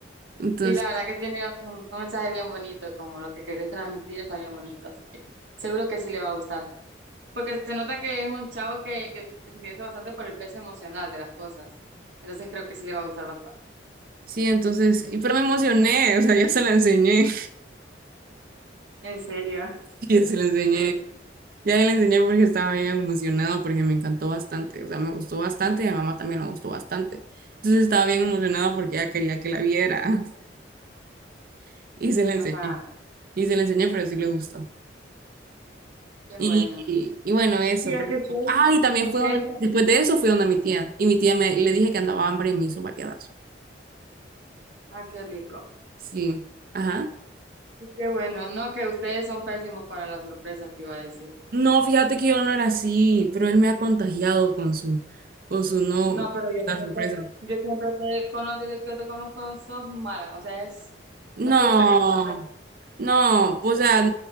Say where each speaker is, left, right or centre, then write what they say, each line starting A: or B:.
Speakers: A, on the right; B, on the right.
A: Entonces,
B: Sí, la verdad que tiene un, un mensaje bien bonito, como lo que querés transmitir está bien bonito, así que seguro que sí le va a gustar. Porque se nota que es un chavo que, que se interesa bastante por el peso emocional de las cosas. Entonces creo que sí le va a gustar bastante.
A: sí, entonces, y- pero me emocioné, o sea, ya se la enseñé,
B: ¿En serio?
A: <laughs> ya se la enseñé.
B: Qué-
A: Ya le enseñé porque estaba bien emocionado, porque me encantó bastante, o sea, me gustó bastante y a mi mamá también le gustó bastante. Entonces estaba bien emocionado porque ella quería que la viera <laughs> y se la
B: Ajá,
A: enseñé, y se la enseñé, pero sí
B: sí,
A: le gustó.
B: qué
A: Y,
B: bueno.
A: y, y bueno, eso.
B: Sí, es
A: Pero,
B: que ustedes,
A: ah, y también
B: ustedes
A: fue donde,
B: son-
A: después de eso fue donde mi tía, y mi tía me, le dije que andaba hambre y me hizo variadas.
B: Ah, qué rico.
A: Sí, ajá.
B: Sí, qué bueno. No, que ustedes son pésimos para las sorpresas, te iba a decir.
A: No, fíjate que yo no era así, pero él me ha contagiado con su, con su no,
B: No, pero yo
A: la
B: siempre,
A: sorpresa.
B: yo siempre te- conozco desde que yo te conozco sos mala. O sea, es,
A: No,
B: no te gusta que te sorprendan.
A: no, o sea,